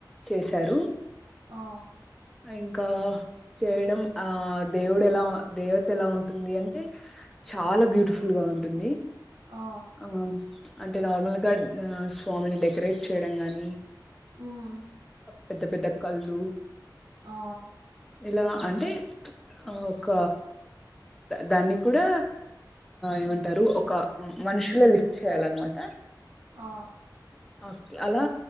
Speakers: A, in the centre; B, on the right.
A: చేసారు
B: ఆ
A: అయి ఇంకా చేయడం ఆ దేవుడు ఎలా దేవత ఎలా ఉంటుంది అంటే చాలా బ్యూటిఫుల్ గా ఉంటుంది
B: ఆ
A: అవును అంటే నార్మల్ గా ఆ ఆమెని డెకరేట్ చేయడం గానీ
B: ఉమ్
A: పెద్ద పెద్ద కళ్ళు
B: ఆ
A: ఇలా అంటే ఒక దాన్ని కూడా ఏమంటారు ఒక మనుషులే లిఫ్ట్ చేయాలనమాట
B: ఆ
A: ఒకే అలా